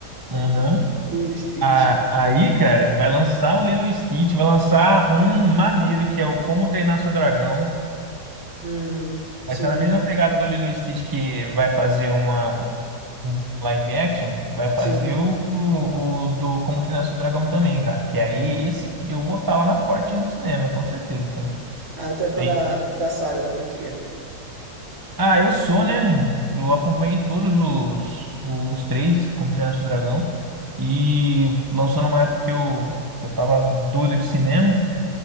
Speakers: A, on the right; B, on the right.
A: Uhum.
B: O Stitch.
A: Ah, aí, cara, vai lançar um Lilo e Stitch, vai lançar um maneiro que é o Como Treinar Seu Dragão.
B: Hum, sim,
A: Vai estar na mesma pegada do Lilo e Stitch que vai fazer uma. um live action, vai fazer
B: sim.
A: o, o, o do Como Treinar Seu Dragão também, cara. Que aí esse eu vou estar lá na portinha do cinema, com certeza também.
B: Ah, tu é fã
A: Aí,
B: da, da saga, da franquia.
A: ah, eu sou, né? Eu acompanhei todos os, os três, Como Treinar Seu Dragão. E lançou numa época que eu, que eu tava doido de cinema,